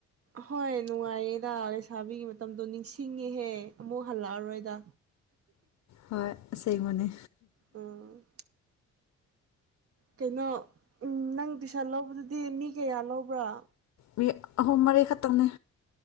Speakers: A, on the right; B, on the left.
A: ꯍꯣꯏ ꯅꯨꯡꯉꯥꯏꯌꯦꯗ ꯂꯩꯁꯥꯕꯤꯒꯤ ꯃꯇꯝꯗꯣ ꯅꯤꯡꯁꯤꯡꯉꯤꯍꯦ ꯑꯃꯨꯛ ꯍꯜꯂꯛꯑꯔꯣꯏꯗ
B: ꯍꯣꯏ ꯑꯁꯦꯡꯕꯅꯦ
A: ꯎꯝ ꯀꯩꯅꯣ ꯎꯝ ꯅꯪ ꯇꯨꯏꯁꯟ ꯂꯧꯕꯗꯨꯗꯤ ꯃꯤ ꯀꯌꯥ ꯂꯧꯕ꯭ꯔꯥ
B: ꯃꯤ ꯑꯍꯨꯝ ꯃꯔꯤ ꯈꯇꯪꯅꯦ